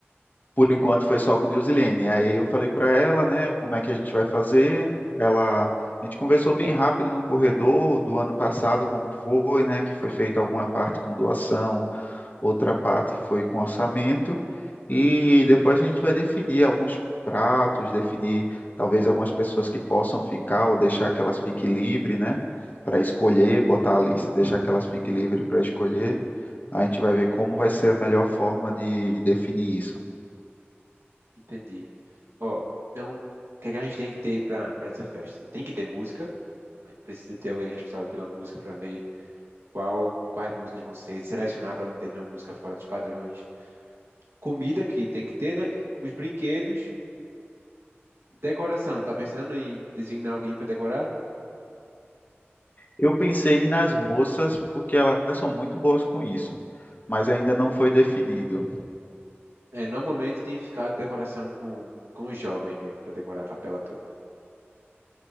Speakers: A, on the left; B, on the right.
A: Por enquanto foi só com Nilzilene. Aí eu falei para ela, né, como é que a gente vai fazer. Ela, a gente conversou bem rápido no corredor do ano passado, como foi, né, que foi feita alguma parte com doação, outra parte foi com orçamento. E depois a gente vai definir alguns pratos, definir talvez algumas pessoas que possam ficar ou deixar que elas fiquem livres, né, para escolher, botar a lista e deixar que elas fiquem livres para escolher. A gente vai ver como vai ser a melhor forma de definir isso.
B: Entendi. Ó, então, o que é que a gente tem que ter pra, pra essa festa? Tem que ter música. A gente precisa ter alguém responsável pela música pra ver qual, quais músicas vão ser, selecionar pra não ter nenhuma música fora dos padrões. Comida, que tem que ter, né? Os brinquedos. Decoração. Tá pensando em designar alguém pra decorar?
A: Eu pensei nas moças porque elas são muito boas com isso, mas ainda não foi definido.
B: É, normalmente tem ficado decoração com, com os jovens mesmo, pra decorar a capela toda.